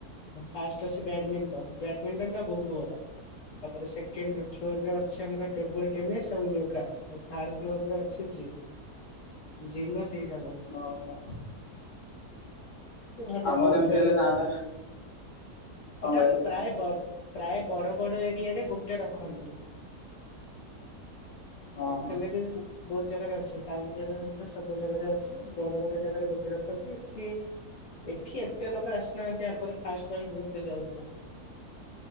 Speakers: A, on the left (about 60°); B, on the left (about 35°).
A: ଫାଷ୍ଟ ଅଛି ବ୍ୟାଡମିଣ୍ଟନ ବ୍ୟାଡ଼ ମିଟନ ଟା ବହୁତ ବଡ। ତାପରେ ସେକଣ୍ଡ ଫ୍ଲୋର ରେ ଅଛି ଆମର ଟେବୁଲ ଟେନିସ୍ ଆଉ ଯୋଉ ଥାର୍ଡ ଫ୍ଲୋରରେ ଅଛି ଜିମ୍ ଜିମ ର ଦିଟା ରୁମ୍।
B: ଓହୋ।
A: ଏ ଭଲ
B: ଆମର
A: ବହୁତ
B: ଏମିତି
A: ହେଇ
B: ହେଲେ ଯାଆନ୍ତା କଣ
A: ଏଟା
B: କହିଲେ?
A: ପ୍ରାୟ ଦ ପ୍ରାୟ ବଡ଼ ବଡ଼ ଏରିଆରେ ଗୋଟେ ରଖନ୍ତି।
B: ଓହୋ
A: ସେମିତି ବି ବହୁତ ଜାଗାରେ ଅଛି ଟାଉନ୍ ଊରା କରେ ମଧ୍ଯ ସବୁ ଜାଗାରେ ଅଛି ବଡ ବଡ ଜାଗାରେ ଗୋଟେ ରଖନ୍ତି ଏଠି ଏଠି ଏତେ ଲୋକ ଆସିନାହାନ୍ତି ଆଗରେ ଫାଷ୍ଟ ଫା ଯେତେ ଯାଉଥିଲେ।